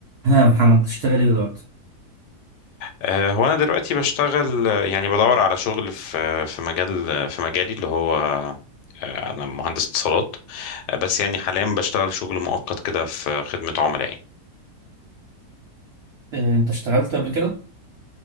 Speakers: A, on the right (about 80°); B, on the left (about 80°).
A: ها يا محمد بتشتغل ايه دلوقتي؟
B: آه، هو انا دلوقتي بشتغل آه، يعني بدور على شغل في في مجال في مجالي اللي هو آه، انا مهندس اتصالات آه، بس يعني حاليا بشتغل شغل مؤقت كده في خدمة عملاء يعني.
A: آه، انت اشتغلت قبل كده؟